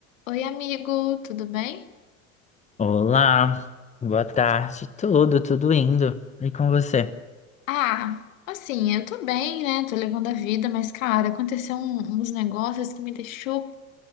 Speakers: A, on the left; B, on the left.
A: Oi, amigo, tudo bem?
B: Olá, boa tarde. Tudo, tudo indo. E com você?
A: Ah, assim, eu tô bem, né? Tô levando a vida, mas, cara, aconteceu um- uns negócios que me deixou